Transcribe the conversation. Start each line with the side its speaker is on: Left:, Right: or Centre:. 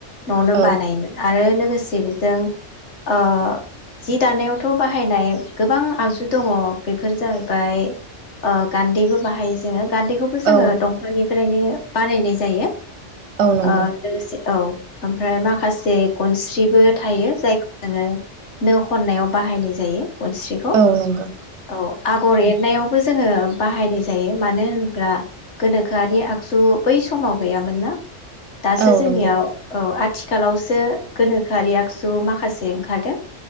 Left: न'आवनो
Right: औ
Left: बानायोमोन आरो लोगोसे बेजों ओ जि दानायावथ' बाहायनाय गोबां आगजु दङ बेफोर जाहैबाय ओ गान्दैबो बाहायो जोङो गान्दैखौबो जोङो
Right: औ
Left: दंफांनिफ्रायनो बानायनाय जायो
Right: औ नंगौ
Left: ओ लोगोसे औ ओमफ्राय माखासे गनस्रिबो थायो जायखौ जोङो नो खननायाव बाहायनाय जायो गनस्रिखौ
Right: औ नंगौ
Left: औ आगर एरनायाव खौबो जोङो बाहायनाय जायो मानो होनोब्ला गोनोखोआरि आगजु बै समाव गैयामोन ना दासो
Right: औ
Left: जोंनियाव
Right: नंगौ
Left: औ आथिखालावसो गोनोखोआरि आगसु माखासे ओंखारदों